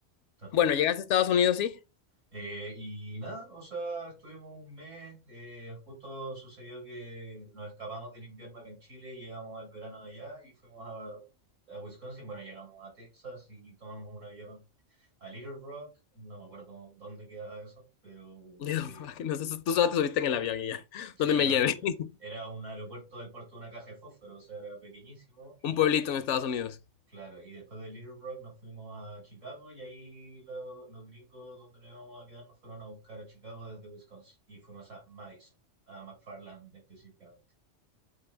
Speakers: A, on the right (about 80°); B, on the left (about 70°).
A: terrible.
B: Bueno, llegaste a Estados Unidos, sí.
A: Eh, y nada, o sea, estuvimos un mes, eh, justo sucedió que nos escapamos del invierno acá en Chile, llegamos al verano de allá y fuimos a, a Wisconsin, bueno, llegamos a Texas y tomamos un avión a Little Rock, no me acuerdo dónde quedaba eso, pero
B: Digo,
A: eh,
B: <laughs> que No sé, tú solo te subiste en el avión y ya. <laughs>
A: sí,
B: ¿Dónde me
A: no,
B: lleve?
A: literal.
B: <laughs>
A: Era un aeropuerto del puerto de una caja de fósforo, o sea, era pequeñísimo
B: Un pueblito en Estados Unidos.
A: Claro, y después de Little Rock nos fuimos a Chicago y ahí lo- los gringos donde nos íbamos a quedar nos fueron a buscar a Chicago desde Wisconsin y fuimos a Madison, a McFarland específicamente.